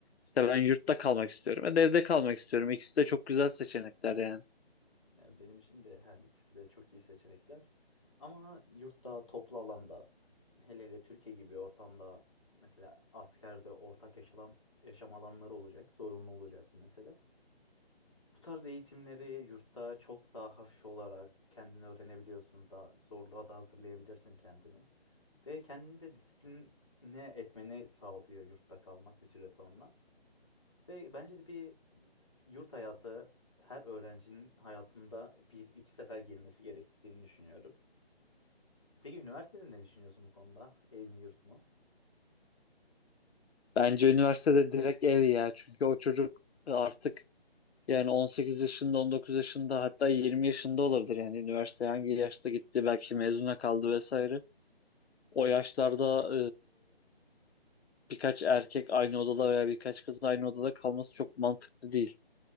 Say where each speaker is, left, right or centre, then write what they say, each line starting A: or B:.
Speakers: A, on the left; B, on the left.
A: İşte ben yurtta kalmak istiyorum. E de evde kalmak istiyorum. İkisi de çok güzel seçenekler yani.
B: Yani benim için de her ikisi de çok iyi seçenekler. Ama yurtta, toplu alanda, hele hele Türkiye gibi ortamda mesela askerde ortak yaşam, yaşam alanları olacak, zorunlu olacak bu mesela. Bu tarz eğitimleri yurtta çok daha hafif olarak kendini öğrenebiliyorsun, daha zorluğa da hazırlayabilirsin kendini. Ve kendini de disipline etmeni sağlıyor yurtta kalmak bir süre sonra. Ve bence de bir yurt hayatı her öğrencinin hayatında bir iki sefer girmesi gerektiğini düşünüyorum. Peki üniversitede ne düşünüyorsun bu konuda? Ev mi yurt mu?
A: Bence üniversitede direkt ev ya. Çünkü o çocuk artık yani 18 yaşında, 19 yaşında hatta 20 yaşında olabilir. Yani üniversiteye hangi yaşta gitti belki mezuna kaldı vesaire. O yaşlarda e, birkaç erkek aynı odada veya birkaç kız aynı odada kalması çok mantıklı değil.